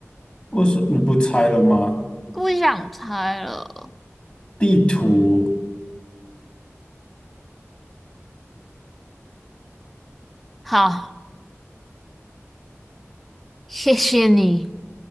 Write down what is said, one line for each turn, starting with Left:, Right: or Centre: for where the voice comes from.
Left: 我什么你不拆了吗？
Centre: 不想猜了。
Left: 地图。
Centre: 好，谢谢你，